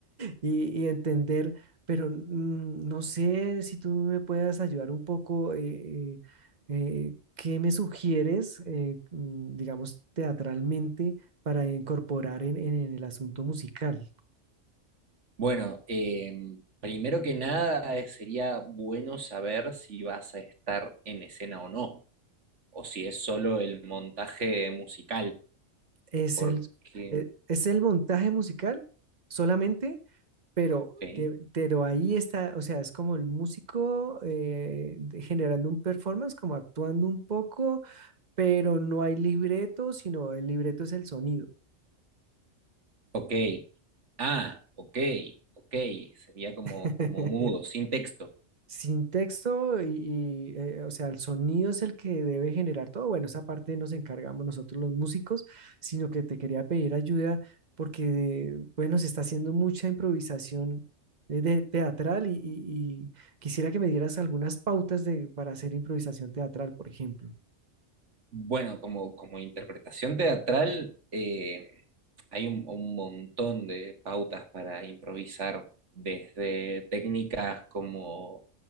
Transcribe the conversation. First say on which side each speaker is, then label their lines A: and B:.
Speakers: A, on the right; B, on the right.
A: y, y entender, pero mm, no sé si tú me puedas ayudar un poco, eh, eh, eh, ¿qué me sugieres, eh, mm, digamos, teatralmente para incorporar en, en- en el asunto musical?
B: Bueno, em, primero que nada eh, sería bueno saber si vas a estar en escena o no, o si es solo el montaje musical,
A: ¿Es
B: porque...
A: el, eh, ¿es el montaje musical solamente? Pero,
B: Ok.
A: te- pero ahí está, o sea, es como el músico eh, de- generando un performance, como actuando un poco, pero no hay libreto, sino el libreto es el sonido.
B: Ok. Ah, ok, ok. Sería como,
A: <laughs>
B: como mudo, sin texto.
A: sin texto y, y, eh, o sea, el sonido es el que debe generar todo. Bueno, esa parte nos encargamos nosotros los músicos, sino que te quería pedir ayuda porque, bueno, se está haciendo mucha improvisación eh, de, teatral y, y- y quisiera que me dieras algunas pautas de, para hacer improvisación teatral, por ejemplo.
B: Bueno, como, como interpretación teatral, eh, hay un, un montón de pautas para improvisar, desde técnicas como,